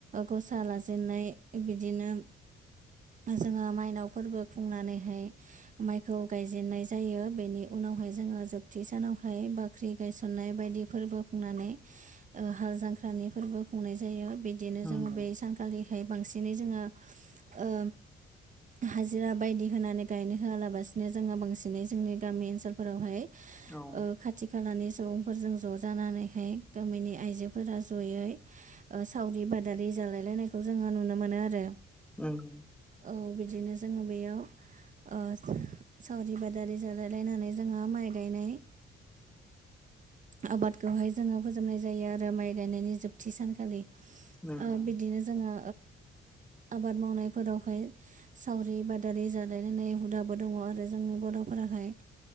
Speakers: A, on the right; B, in the centre.
A: गसा लाजेनाय बिदिनो जोङो मायनाव फोरबो खुंनानैहाय माइखौ गायजेननाय जायो बेनि उनावहाय जोङो जोबथि सानावहाय बा बाख्रि गायसननाय बायदि फोरबो खुंनानै हाल जांख्रानि फोरबो खुंनाय जायो बिदिनो
B: नंगौ
A: जोङो बेै सान खालिहाय बांसिनै जोङो ओ हाजिरा बायदि होनानै गायनो होआलाबसिनो जोंङो बांसिनै जोंनि गामि ओनसोलफोरावहाय
B: औ
A: खाथि खालानि सुबुंफोरजों ज ज जानानैहाय गामिनि आइजोफोरा जयै सावरि बादारि जालायलायनाय खौ जोङो नुनो मोनो आरो,
B: नंगौ
A: औ बिदिनो जोङो बेयाव ओ सावरि बादारि जालाय लायनानै जोङो माइ गायनाय आबादखौहाय जोङो फोजोबनाय जायो आरो माइ गायनायनि जोबथि सानखालि।
B: नंगौ
A: ओ बिदिनो जोङो आबाद मावनायफोरावहाय सावरि बादारि जालायनाय हुदाबो दङ आरो जोंनि बरफोराहाय।